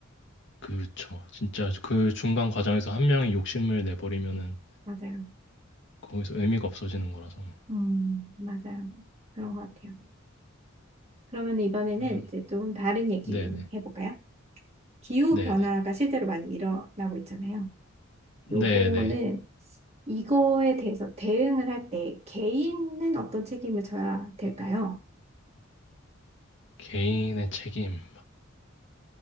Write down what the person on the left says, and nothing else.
그렇죠. 진짜 그 중간 과정에서 한 명이 욕심을 내버리면은
거기서 의미가 없어지는 거라서.
그
네네.
네네.
네네.
개인의 책임,